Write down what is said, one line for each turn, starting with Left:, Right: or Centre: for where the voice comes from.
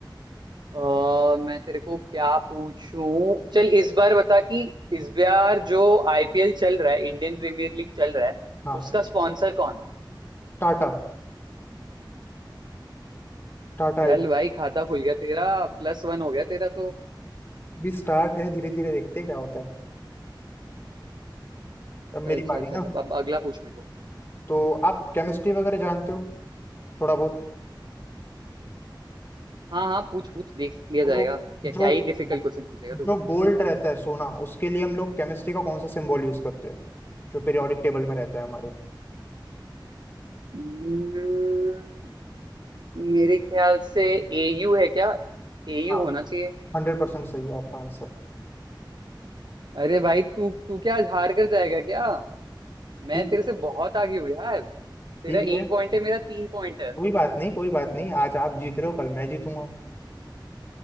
Right: अ मैं तेरे को क्या पूछूं चल इस बार बता कि इस बार जो आईपीएल चल रहा है इंडियन प्रीमियर लीग चल रहा है
Left: हाँ
Right: उसका स्पॉन्सर कौन है
Left: टाटा टाटा
Right: चल भाई खाता खुल गया तेरा प्लस वन हो गया तेरा तो
Left: भी स्टार्ट है धीरे धीरे देखते हैं क्या होता है अब मेरी
Right: चल
Left: बारी
Right: चल चल
Left: ना
Right: अब, अब अगला पूछ मेरे को
Left: तो आप केमिस्ट्री वगैरह जानते हो थोड़ा बहुत
Right: हाँ हाँ पूछ पूछ देख लिया
Left: तो
Right: जाएगा क्या क्या
Left: जो
Right: ही डिफिकल्ट क्वेश्चन पूछेगा
Left: जो
Right: तू
Left: गोल्ड रहता है सोना उसके लिए हम लोग केमिस्ट्री का कौन सा सिंबल यूज करते हैं जो पीरियोडिक टेबल में रहता है हमारे
Right: Hmm, मेरे ख्याल से एयू है क्या एयू
Left: हाँ
Right: होना चाहिए
Left: हंड्रेड परसेंट सही है आपका आंसर
Right: अरे भाई तू तू क्या आज हार कर जाएगा क्या
Left: ठीक
Right: मैं तेरे
Left: है
Right: से बहुत आगे हूँ यार तेरा
Left: ठीक है
Right: एक पॉइंट है मेरा तीन पॉइंट है
Left: कोई बात नहीं कोई बात नहीं आज आप जीत रहे हो कल मैं जीतूंगा